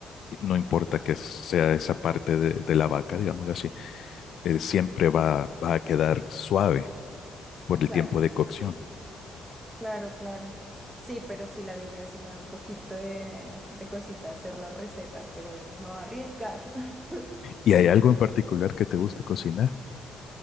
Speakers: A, on the left; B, on the right.
A: no importa que sea esa parte de, de la vaca, digámoslo así, eh, siempre va, va a quedar suave por el
B: Claro,
A: tiempo de cocción.
B: claro, claro. Sí, pero sí, la birria sí me da un poquito de, de cosita hacer la receta, pero me va a arriesgar. <laughs>
A: ¿Y hay algo en particular que te guste cocinar?